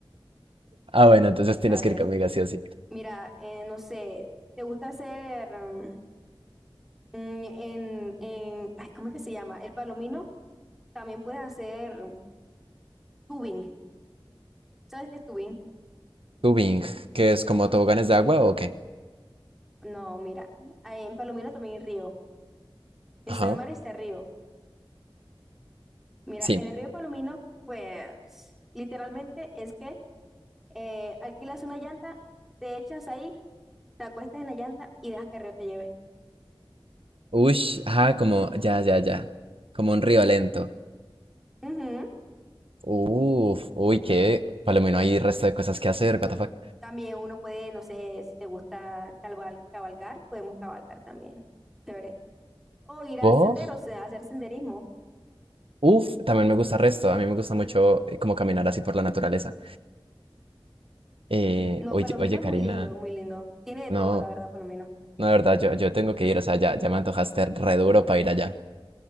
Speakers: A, on the right; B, in the centre.
A: Ah, bueno, entonces tienes
B: A ver,
A: que ir conmigo, sí o sí.
B: mira, eh, no sé, ¿te gusta hacer mm, mm, en, en, ay, ¿cómo es que se llama? El palomino, también puedes hacer tubing. ¿Sabes qué es tubing?
A: Tubing, que es como toboganes de agua o qué?
B: No, mira, ah, en Palomino también hay río.
A: Ajá.
B: El Salmar está río. Mira,
A: Sí.
B: en el río Palomino, pues, literalmente es que eh, alquilas una llanta, te echas ahí, te acuestas en la llanta y dejas que el río te lleve.
A: Ush, ajá, como, ya, ya, ya. Como un río lento.
B: Ujú.
A: Uf, uy, qué. Palomino, hay resto de cosas que hacer, what the fuck.
B: También uno puede, no sé, si te gusta calval- cabalgar, podemos cabalgar también. Chévere. O ir
A: Uf,
B: a senderos, eh, a hacer senderismo.
A: uf, también me gusta resto. A mí me gusta mucho eh, como caminar así por la naturaleza. Eh,
B: No,
A: oye,
B: Palomino
A: oye,
B: es
A: Karina.
B: muy lindo, es muy lindo. Tiene de
A: No,
B: todo, la verdad, Palomino.
A: No, de verdad, yo, yo tengo que ir, o sea, ya, ya me antojaste re duro para ir allá.